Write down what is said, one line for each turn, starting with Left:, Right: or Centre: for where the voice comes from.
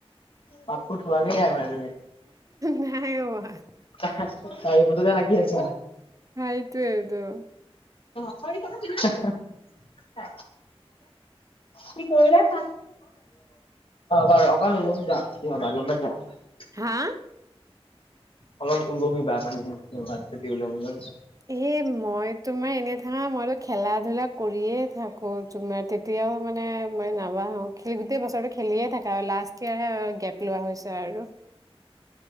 Left: পাপো থোৱাকোই মান ত
Right: নাই হোৱা
Left: <unintelligible> মোৰ তোকে লাগি আছ
Right: অ এইটোৱে এইটোৱে
Left: হা হা কি কৰিলে চা বাৰু অকণ মোক দা কি হয় বাগুম পা চ
Right: হা
Left: অলপ ওলমি বাহ দাল দি লংগে
Right: এ মই তোমাৰ এনে থাকা মইতো খেলা ধূলা কৰিয়েই থাক কৌ তুমাৰ তেতিয়াও মানে মই নাবাহো খেল গোটেই বছৰটো খেলিয়ে থাকা হয় লাষ্ট ইয়োৰহে গেপ লোৱা হৈছে আৰু